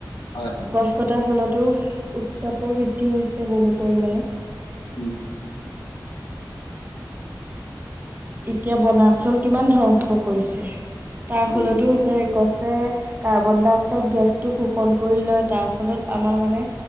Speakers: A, on the left; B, on the right.
A: হয় হয়
B: গছ কটাৰ ফলতো উত্তাপৰ বৃদ্ধি হৈছে বহু পৰিণে
A: উম
B: এতিয়া বনাঞ্চল কিমান ধ্বংস কৰিছে তাৰ
A: উম
B: ফলতো হৈছে গছ যে কাৰ্বন ডাই অক্সাইড গেছটো শোষণ কৰি লয় তাৰ ফলত আমাৰ মানে